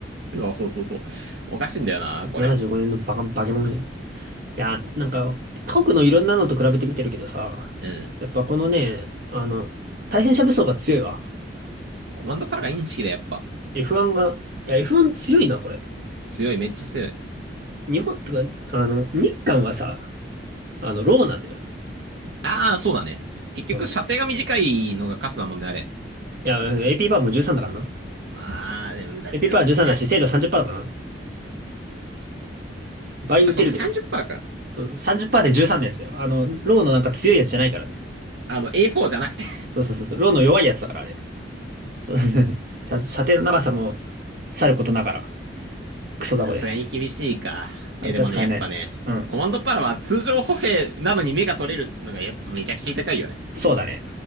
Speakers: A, on the right; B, on the right.
A: そうそうそう。おかしいんだよな、
B: いつ75年のバカ、
A: これ。
B: バケモン。いや、なんか、他国のいろんなのと比べてみてるけどさ、
A: うん。
B: やっぱこのね、あの、対戦車武装が強いわ。
A: コマンドパラがインチキだ、やっぱ。
B: F1 が、いや、F1 強いな、これ。
A: 強い、めっちゃ強い。
B: 日本、とか、あの、日韓がさ、あの、ローなんだよ。
A: ああ、そうだね。結局、
B: そう
A: 射程が短いのがカスだもんね、あれ。
B: いや、AP パワーも13だからな。
A: まあ、でも、だでもた
B: AP パワー13だし、精度30%だからな。倍打てるけど。
A: あそうか、30%か。
B: 30%で13ですよ。あの、ローのなんか強いやつじゃないからね。
A: あの、A4 じゃなくて
B: そうそうそうそう。ローの弱いやつだから、あれ。そう <laughs> 射射程の長さもさることながら、クソ雑魚です。
A: <laughs> さすがに厳しいか。
B: あいつは使えない。
A: え、でもね、やっぱね、
B: うん。
A: コマンドパラは通常歩兵なのに目が取れるのが、やっぱめちゃくちゃ痛いよね。
B: そうだね。